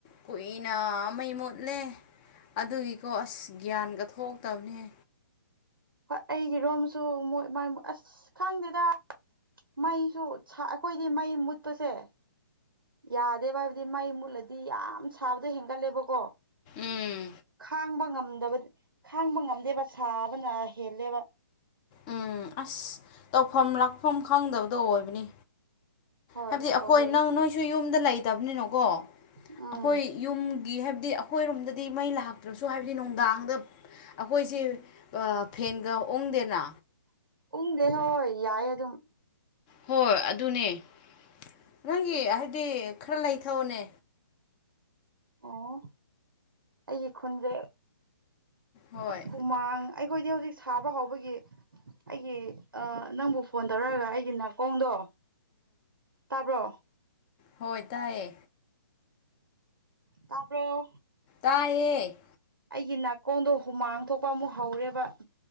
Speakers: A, on the left (about 25°); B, on the right (about 85°).
A: ꯀꯨꯏꯅ ꯃꯩ ꯃꯨꯠꯂꯦ ꯑꯗꯨꯒꯤꯀꯣ ꯑꯁ ꯒ꯭ꯌꯥꯟꯒ ꯊꯣꯛꯂꯛꯇꯕꯅꯦ
B: ꯍꯣꯏ ꯑꯩꯒꯤ ꯔꯣꯝꯁꯨ ꯃꯣꯏ ꯃꯥꯏ ꯑꯁ ꯈꯪꯗꯦꯗ ꯃꯩꯁꯨ ꯑꯩꯈꯣꯏꯗꯤ ꯃꯩ ꯃꯨꯠꯄꯁꯦ ꯌꯥꯗꯦꯕ ꯍꯥꯏꯕꯗꯤ ꯃꯩ ꯃꯨꯠꯂꯗꯤ ꯌꯥꯝ ꯁꯥꯕꯗꯣ ꯍꯦꯟꯒꯠꯂꯦꯕꯀꯣ
A: ꯎꯝ
B: ꯈꯥꯡꯕ ꯉꯝ ꯉꯗꯕꯗꯤ ꯈꯥꯡꯕ ꯉꯝꯗꯦꯕ ꯁꯥꯕꯅ ꯍꯦꯜꯂꯦꯕ
A: ꯎꯝ ꯑꯁ ꯇꯧꯐꯝ ꯂꯥꯛꯐꯝ ꯈꯪꯗꯕꯗꯣ ꯑꯣꯏꯕꯅꯤ
B: ꯍꯣꯏ
A: ꯍꯥꯏꯕꯗꯤ
B: ꯑꯗꯨꯃꯥꯏꯅ
A: ꯑꯩꯈꯣꯏ
B: ꯇꯧꯕꯒꯤ
A: ꯅꯪ ꯅꯣꯏꯁꯨ ꯌꯨꯝꯗ ꯂꯩꯇꯕꯅꯤꯅꯣꯀꯣ
B: ꯎꯝ
A: ꯑꯩꯈꯣꯏ ꯌꯨꯝ ꯒꯤ ꯍꯥꯏꯕꯗꯤ ꯑꯩꯈꯣꯏꯔꯣꯝꯗꯗꯤ ꯃꯩ ꯂꯥꯛꯇ꯭ꯔꯁꯨ ꯍꯥꯏꯕꯗꯤ ꯅꯨꯡꯗꯥꯡꯗ ꯑꯩꯈꯣꯏꯁꯦ ꯐꯦꯟꯒ ꯑꯣꯡꯗꯦꯅ
B: ꯎꯪꯅꯦꯦ ꯍꯣꯏ ꯌꯥꯏ ꯑꯗꯨꯝ
A: ꯍꯣꯏ ꯑꯗꯨꯅꯦ ꯅꯪꯒꯤ ꯍꯥꯏꯗꯤ ꯈꯔ ꯂꯩꯊꯑꯣꯅꯦ
B: ꯑꯣ ꯑꯩꯒꯤ ꯈꯨꯟꯁꯦ
A: ꯍꯣꯏ
B: ꯑꯁꯨꯃꯥꯡ ꯑꯩꯈꯣꯏꯗꯤ ꯍꯧꯖꯤꯛ ꯁꯥꯕ ꯍꯧꯕꯒꯤ ꯑꯩꯒꯤ ꯅꯪꯕꯨ ꯐꯣꯟ ꯇꯧꯔꯛꯒ ꯑꯩꯒꯤ ꯅꯥꯀꯣꯡꯗꯣ ꯇꯥꯔꯕ꯭ꯔꯣ
A: ꯍꯣꯏ ꯇꯥꯏꯌꯦ
B: ꯇꯄꯔ
A: ꯇꯏꯌꯦ
B: ꯑꯩꯒꯤ ꯅꯥꯀꯣꯡꯗꯣ ꯍꯨꯃꯥꯡ ꯊꯣꯛꯄ ꯑꯃꯨꯛ ꯍꯧꯔꯦꯕ